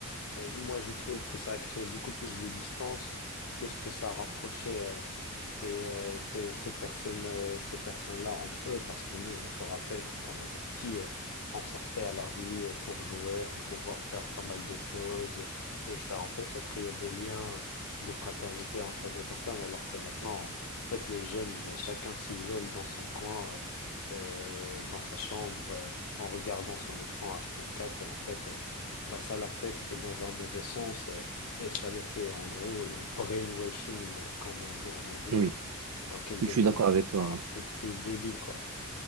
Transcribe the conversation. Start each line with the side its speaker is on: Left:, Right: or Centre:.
Left: et moi, je trouve que ça a créé beaucoup plus de distance que ce que ça rapprochait euh, ces, euh, ces, ces personnes, euh, ces personnes-là entre eux, parce que nous, on se rappelle quand on était petit, euh, on sortait à la rue euh, pour jouer, pour pouvoir faire pas mal de choses, et ça, en fait, ça créait des liens de fraternité entre des personnes, alors que maintenant, en fait, les jeunes, chacun s'isole dans son coin, euh, euh, dans sa chambre, euh, en regardant son écran H24, et en fait, bah, ça l'affecte dans un mauvais sens euh, et ça le fait en gros le brainwashing, euh, comme on dit en anglais,
Right: Oui,
Left: donc elle
Right: je
Left: devient
Right: suis d'accord
Left: de-
Right: avec toi.
Left: bah, à peu près débile quoi.